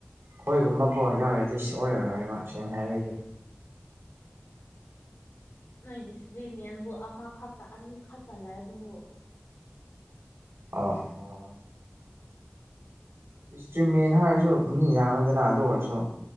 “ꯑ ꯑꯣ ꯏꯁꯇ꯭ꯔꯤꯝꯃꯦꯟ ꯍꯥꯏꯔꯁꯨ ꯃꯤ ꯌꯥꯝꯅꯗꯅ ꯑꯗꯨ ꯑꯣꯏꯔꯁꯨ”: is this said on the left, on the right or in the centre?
Right